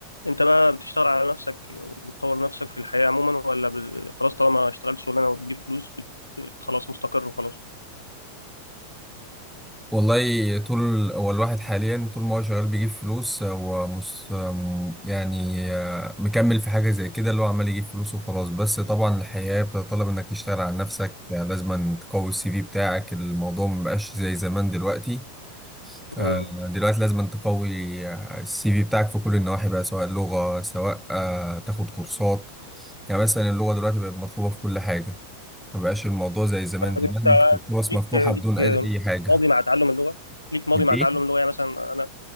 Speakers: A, on the left; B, in the centre.
A: انت بقى بتشتغل على نفسك وبتطور نفسك في الحياة عموما ولا ب... خلاص طالما اشتغلت شغلانة وبتجيب فلوس بت... خلاص مستقر وخلاص
B: والله طول هو الواحد حاليا طول ما هو شغال بيجيب فلوس هو مس يعني آه، مكمل في حاجة زي كده اللي هو عمال يجيب فلوس وخلاص بس طبعا الحياة بتطلب انك تشتغل على نفسك آه، لازم تقوي السي في بتاعك الموضوع مبقاش زي زمان دلوقتي
A: امم
B: آه، دلوقتي لازم تقوي السي في بتاعك في كل النواحي بقى سواء لغة سواء آه، تاخد كورسات يعني مثلا اللغة دلوقتي بقت مطلوبة في كل حاجة مبقاش الموضوع زي زمان
A: طب
B: زمان
A: انت
B: ممكن الفرص
A: ليك
B: مفتوحة
A: ليك
B: بدون أي أي حاجة
A: ماضي مع تعلم اللغة ليك ماضي
B: الإيه؟
A: مع تعلم اللغة يعني مثلا انا